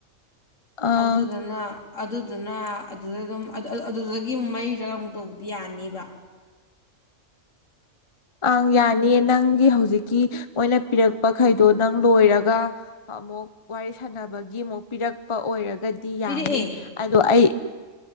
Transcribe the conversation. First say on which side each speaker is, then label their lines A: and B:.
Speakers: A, on the left (about 25°); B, on the left (about 75°).
A: ꯑꯥ
B: ꯑꯗꯨꯗꯨꯅ ꯑꯗꯨꯗꯨꯅ ꯑꯗꯨꯗ ꯑꯗꯨꯝ ꯑꯗꯨꯗꯨꯗꯒꯤ ꯑꯃꯛ ꯃꯔꯤꯔꯛ ꯑꯃꯨꯛ ꯇꯧꯕꯗꯤ ꯌꯥꯅꯤꯕ
A: ꯑꯪ ꯌꯥꯅꯤ ꯅꯪꯒꯤ ꯍꯧꯖꯤꯛꯀꯤ ꯑꯣꯏꯅ ꯄꯤꯔꯛꯄꯈꯩꯗꯣ ꯅꯪ ꯂꯣꯏꯔꯒ ꯑꯃꯨꯛ ꯋꯥꯔꯤ ꯁꯥꯟꯅꯕꯒꯤ ꯑꯃꯨꯛ ꯄꯤꯔꯛꯄ ꯑꯣꯏꯔ ꯒꯗꯤ
B: ꯄꯤꯔꯛꯑꯦ
A: ꯌꯥꯅꯤ ꯑꯗꯣ ꯑꯩ